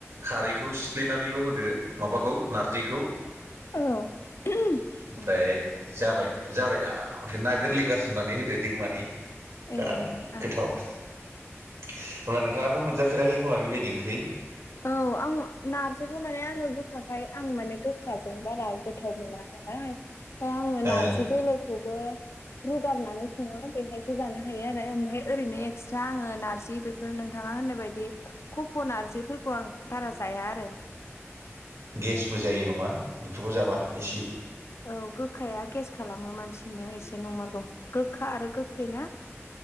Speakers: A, on the right; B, on the left.
A: खारैखौ सिफ्लेनानैल' होदो माबाखौ नारजिखौ
B: औ।
A: ओमफ्राय जाबाय जाबाय दा ओमफ्राय ना गोरलै गारसननानै होदो दैमानि बिराद
B: ए ओं
A: गोथाव। होनबा नोंथाङाथ' मोनजाफेराखै खोमा बेबायदि ओंख्रि
B: औ आं नारजिखौ माने आङो गोखाखाय आं माने गोखाजों बारा गोथाव मोना नालाय। फ्राय आङो
A: ओं
B: नारजि दोलोखौबो रुगारनानै सङो बेहायसो जानो हायो आरो ओमफ्राय ओरैनो एक्सट्रा आङो नारजि बेफोर नोंथाङा होननाय बायदि कपन नारजिफोरखौ आं बारा जाया आरो
A: गेसबो जायो नङा बेफोरखौ जाबा एसे
B: औ गोखाया गेस खालामो मानसिनियाव एसे नंमारगौ गोखा आरो गोखै ना?